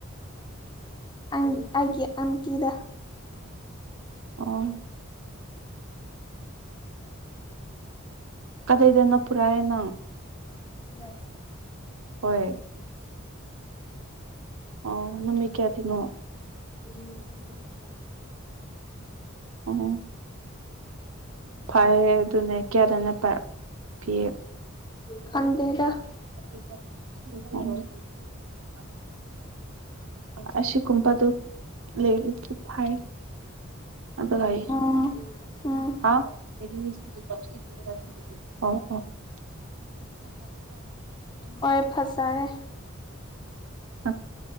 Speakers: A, on the left (about 20°); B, on the right (about 85°).
A: ꯑꯩꯒꯤ ꯑꯟꯇꯤꯗ
B: ꯑꯣ ꯀꯗꯩꯗ ꯅꯞꯄꯨꯔꯑꯩꯅꯪ
A: <unintelligible>
B: ꯍꯣꯏ ꯑꯣ ꯅꯨꯃꯤꯠ ꯀꯌꯥꯒꯤꯅꯣ
A: <unintelligible>
B: ꯑꯣ ꯐꯩ ꯑꯗꯨꯅꯦ ꯀꯌꯥꯗꯅ ꯄꯤ
A: ꯀꯟꯗꯦꯔ <unintelligible>
B: <unintelligible> ꯑꯁꯤꯁ ꯀꯨꯝꯄꯗꯨ ꯂꯩ ꯍꯥꯏ ꯑꯗ ꯊꯏ
A: ꯎꯝ ꯎꯝ
B: <unintelligible> <unintelligible>
A: ꯍꯣꯏ ꯐꯖꯔꯦ
B: ꯍꯝ